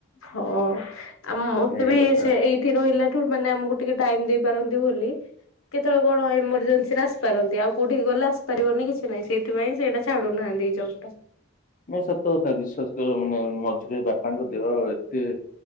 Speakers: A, on the left; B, on the left.
A: ହଁ ଆ ମତେ
B: ଏଇଆ
A: ବି
B: କଥା
A: ସେ ଏଇ ଠି ରହିଲଠୁ ମାନେ ଆମକୁ ଟିକେ ଟାଇମ ଦେଇପାରନ୍ତି ବୋଲି କେତେବେଳେ କଣ ଏମରଜେନ୍ସି ରେ ଆସି ପାରନ୍ତି ଆଉ କୋଉଠି ଗଲେ ଆସିପାରିବନି କିଛି ନାହିଁ ସେଥିପାଇଁ ସେଇଟା ଛାଡୁନାହାନ୍ତି ଜବ ଟା।
B: ନା ସତ କଥା ବିଶ୍ଵାସ କରିବ ମାନେ ମଝିରେ ବାପାଙ୍କ ଦେହ ଏତେ